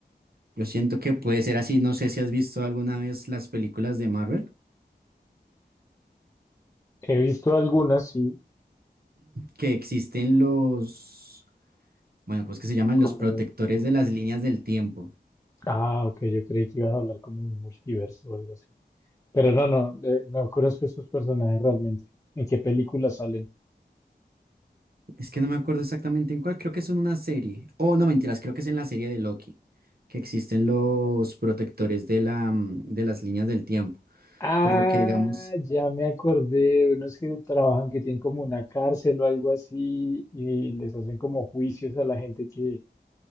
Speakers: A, on the right; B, on the left.
A: Yo siento que puede ser así. No sé si has visto alguna vez las películas de Marvel,
B: He visto algunas, sí,
A: que existen los, bueno, ¿cómo es que se llaman?
B: como...
A: Los protectores de las líneas del tiempo.
B: Ah, ok, yo creí que ibas a hablar como un multiverso o algo así. Pero no, no, eh, no conozco estos personajes realmente. ¿En qué películas salen?
A: Es que no me acuerdo exactamente en cuál, creo que es en una serie. Oh, no, mentiras, creo que es en la serie de Loki, que existen los protectores de la, mm, de las líneas del tiempo,
B: Ah,
A: por lo que digamos,
B: ya me acordé, unos que trabajan que tienen como una cárcel o algo así y les hacen como juicios a la gente que,